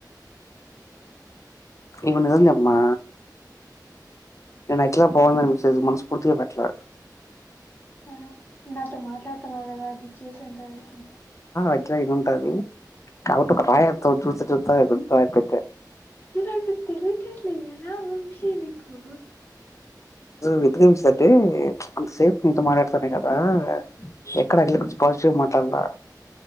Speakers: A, on the left; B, on the left.
A: ఇవ నిరజమ్మా ఏ నా అైకలా పోవ మిసెజస్ మనస్ఫూర్తి పెట్టల
B: ఆ, నాతో మాట్లాడుతున్నావు కదా అది చూసంటది
A: అజ ఉంటది కాబట్ ఒక రాయ చూస్తా చూస్తా రాపోట్ట
B: ఇలా తెలుదర్ల ఎలా హంశే బకు
A: వి నిమిష అ అంత సే మాట్లాడత కదా ఎక్కడలా గు పాజిటివ్గా మాట్లాడదా